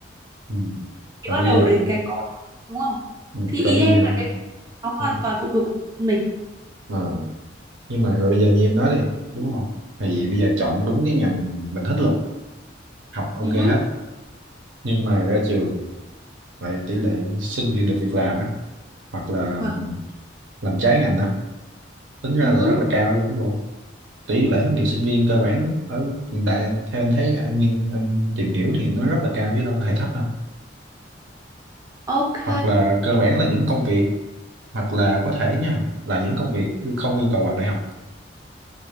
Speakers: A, on the right; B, on the right.
A: Ừ.
B: thì
A: rồi
B: bắt
A: bây
B: đầu
A: giờ
B: đến cái đúng không
A: ừ.
B: thì
A: rồi
B: ý
A: bây
B: em
A: giờ
B: là cái nó hoàn
A: sao
B: toàn phụ thuộc vào mình
A: Ờ, nhưng mà rồi bây giờ như em nói đi đúng không thì bây giờ chọn đúng cái ngành mình thích luôn học ok
B: Ừ hứ,
A: hết nhưng mà ra trường vậy tỷ lệ sinh viên được việc làm á hoặc là
B: vâng
A: làm trái ngành á tính ra
B: Ừ hứ,
A: là rất là cao luôn chứ bộ tỷ lệ thất nghiệp sinh viên cơ bản ở hiện tại theo anh thấy anh nghiên- anh tìm hiểu thì nó rất là cao chứ đâu hề thấp đâu
B: ok
A: hoặc là cơ bản là những công việc hoặc là có thể nha là những công việc yêu- không yêu cầu bằng đại học